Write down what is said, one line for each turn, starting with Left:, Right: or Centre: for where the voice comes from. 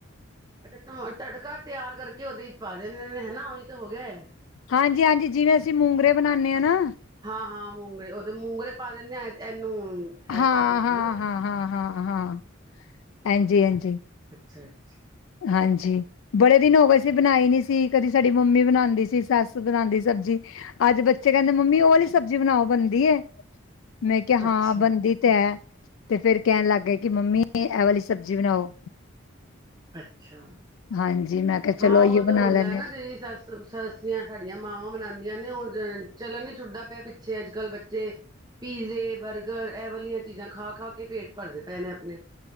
Right: ਅੱਛਾਾ ਤੜਕਾ ਤਿਆਰ ਕਰਕੇ ਉਹਦੇ ਚ ਪਾ ਦਿੰਦੇ ਨੇ ਹਨਾ ਉਹੀ ਤੇ ਹੋ ਗਿਆ ਹੇ।
Left: ਹਾਂਜੀ ਹਾਂਜੀ ਜਿਵੇਂ ਅਸੀ ਮੂੰਗਰੇ ਬਣਾਣੇ ਹਾਂ ਨਾ।
Right: ਹਾਂ ਹਾਂ ਮੂੰਗਰੇ ਉਹਦੇ ਮੂੰਗਰੇ ਪਾ ਦਿੰਦੇ ਆ ਇਹਨੂੰ।
Left: ਹਾਂ
Right: ਇਹ ਪਾ ਦੋ
Left: ਹਾਂ
Right: ਹਨਾ
Left: ਹਾਂ ਹਾਂ ਹਾਂ ਹਾਂ ਇੰਜ ਏ ਇੰਜ ਏ।
Right: ਅੱਛਾ ਅੱਛਾ।
Left: ਹਾਂਜੀ। ਬੜੇ ਦਿਨ ਹੋ ਗਏ ਸੀਂ ਬਣਾਈ ਨੀ ਸੀ ਕਦੀ ਸਾਡੀ ਮੰਮੀ ਬਣਾਦੀ ਸੀ ਸੱਸ ਬਣਾਦੀ ਸਬਜ਼ੀ। ਅੱਜ ਬੱਚੇ ਕਹਿੰਦੇ ਮੰਮੀ ਉਹ ਵਾਲੀ ਸਬਜ਼ੀ ਬਣਾਓ ਬਣਦੀ ਏ। ਮੈਂ ਕਿਹਾ ਹਾਂ
Right: ਅੱਛਾ ਅੱਛਾ
Left: ਬੰਣਦੀ ਤੇ ਹੈ ਤੇ ਫੇਰ ਕਹਿਣ ਲੱਗ ਗਏ ਕਿ ਮੰਮੀ ਇਹ ਵਾਲੀ ਸਬਜ਼ੀ ਬਣਾਓ।
Right: ਅੱਛਾ
Left: ਹਾਂਜੀ ਮੈਂ ਕਿਹਾ ਚਲੋ
Right: ਹਾਂ
Left: ਅਈਓ
Right: ਉਹ
Left: ਬਣਾ
Right: ਤਾਂ ਹੁੰਦਾ
Left: ਲੈਂਨੇ
Right: ਨਾ
Left: ਆ।
Right: ਜਿਹਦੀ। ਸ ਸੱਸੀਆਂ ਸਾਡੀਆਂ ਮਾਵਾਂ ਬਣਾਦੀਆਂ ਨੇ ਉਹ ਚਲਣ। ਛੁੱਟਦਾ ਪਿਆ ਪਿੱਛੇ ਅੱਜ ਕੱਲ੍ਹ ਬੱਚੇ ਪੀਜ਼ੇ ਬਰਗ। ਗਰ ਇਹ ਵਾਲੀਆਂ ਚੀਜ਼ਾਂ ਖਾ ਖਾ ਕੇ ਪੇਟ ਭਰਦੇ ਪਏ ਨੇ ਆਪਣੇ।